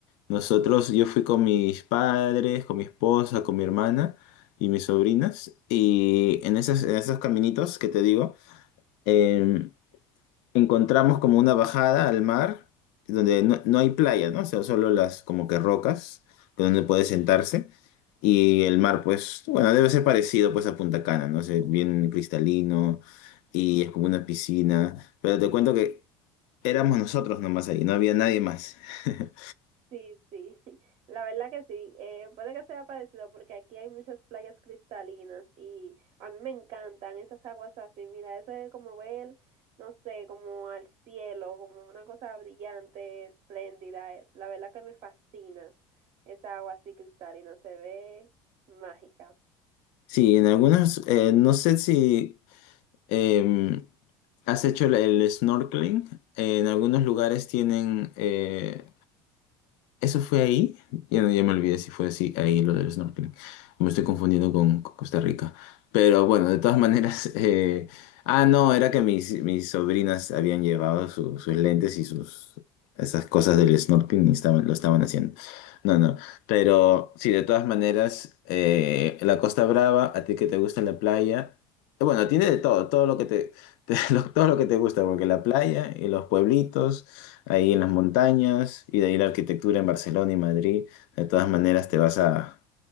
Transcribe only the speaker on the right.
Sí, sí, <laughs> la verdad que sí. Eh, puede que sea parecido porque aquí hay muchas playas cristalinas y a mí me encantan esas aguas así. Mira, eso es como ver, no sé, como al cielo, como una cosa brillante, espléndida. Eh, La verdad que me fascina esa agua así cristalina, se ve mágica.
<laughs>